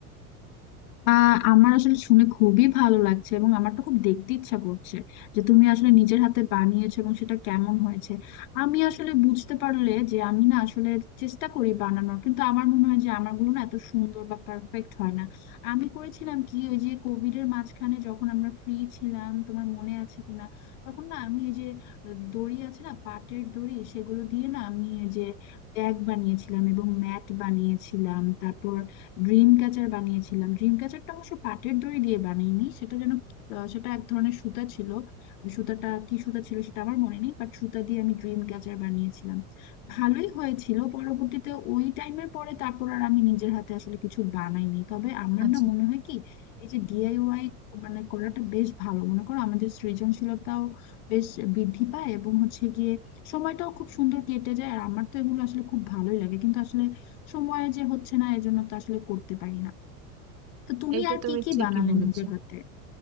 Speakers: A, on the left; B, on the right.
A: আহ আমার আসলে শুনে খুবই ভালো লাগছে এবং আমার তো খুব দেখতে ইচ্ছা করছে যে তুমি আসলে নিজের হাতে বানিয়েছো এবং সেটা কেমন হয়েছে আমি আসলে বুঝতে পারলে যে আমি না আসলে চেষ্টা করি বানানোর কিন্তু আমার মনে হয় যে আমারগুলো না এত সুন্দর বা পারফেক্ট হয় না আমি করেছিলাম কি ওই যে কোভিড এর মাঝখানে যখন আমরা ফ্রি ছিলাম তোমার মনে আছে কিনা তখন না আমি এই যে দড়ি আছে না পাটের দড়ি সেগুলো দিয়ে না আমি এই যে ব্যাগ বানিয়েছিলাম এবং ম্যাট বানিয়েছিলাম তারপর ড্রিম ক্যাচার বানিয়েছিলাম ড্রিম ক্যাচারটা অবশ্য পাটের দড়ি দিয়ে বানাইনি সেটা যেন আহ, সেটা এক ধরনের সুতা ছিল ওই সুতাটা কি সুতা ছিল সেটা আমার মনে নেই বাট সুতা দিয়ে আমি ড্রিম ক্যাচার বানিয়েছিলাম ভালোই হয়েছিল পরবর্তীতে ওই টাইমের পরে তারপর আর আমি নিজের হাতে আসলে কিছু বানাইনি তবে আমার
B: আচ্ছা
A: না মনে হয় কি এই যে ডিআইওয়াই মানে করাটা বেশ ভালো মনে করো আমাদের সৃজনশীলতাও বেশ বৃদ্ধি পায় এবং হচ্ছে গিয়ে সময়টাও খুব সুন্দর কেটে যায় আর আমার তো এগুলো আসলে খুব ভালোই লাগে কিন্তু আসলে সময় যে হচ্ছে না এজন্য তো আসলে করতে পারি না তো তুমি
B: এইটা
A: আর
B: তুমি
A: কি কি
B: ঠিকই
A: বানালে
B: বলেছো
A: নিজের হাতে